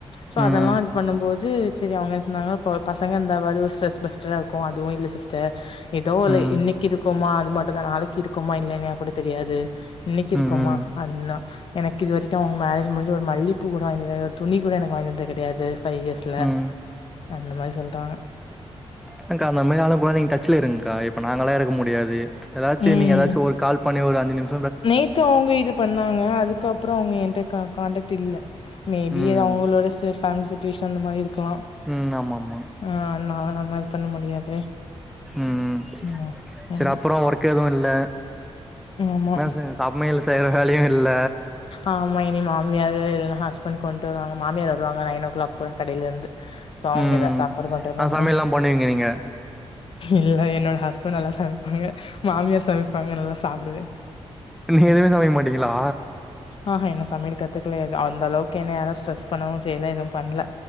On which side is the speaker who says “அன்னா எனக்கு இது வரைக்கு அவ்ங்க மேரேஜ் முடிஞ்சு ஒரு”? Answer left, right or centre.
Left